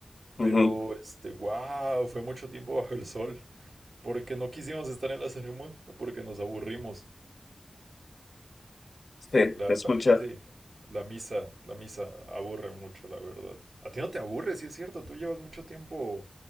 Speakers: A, on the left; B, on the right.
A: Ujú,
B: Pero este, wow, fue mucho tiempo bajo el sol. Porque no quisimos estar en la ceremonia, porque nos aburrimos.
A: Sí,
B: La,
A: se escucha.
B: la- sí, la misa, la misa aburre mucho, la verdad. A ti no te aburre, sí es cierto, tú llevas mucho tiempo,